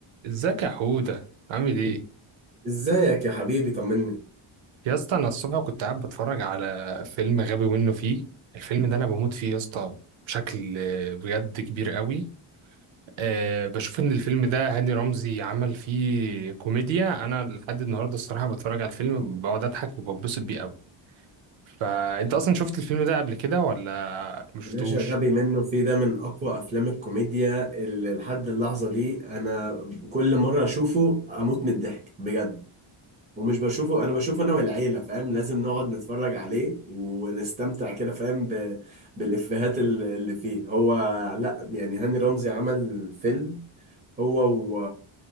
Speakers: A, on the right; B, on the right.
A: ازيك يا حودة عامل ايه
B: ازيك يا حبيبي طمني
A: يا اسطى انا الصبح كنت قاعد بتفرج على فيلم غبي منه فيه الفيلم ده انا بموت فيه يا اسطى بشكل آه، بجد كبير قوي أه بشوف ان الفيلم ده هاني رمزي عمل فيه كوميديا انا لحد النهارده الصراحه بتفرج على الفيلم بقعد اضحك وببسط بيه قوي فانت اصلا شفت الفيلم ده قبل كده ولا مشفتوش
B: يا باشا غبي منه في ده من اقوى افلام الكوميديا اللي لحد اللحظه دي انا كل مره اشوفه اموت من الضحك بجد ومش بشوفه انا بشوفه انا والعيله فاهم لازم نقعد نتفرج عليه ونستمتع كده فاهم ب... بالافيهات ال- اللي فيه هو لا يعني هاني رمزي عمل فيلم هو و...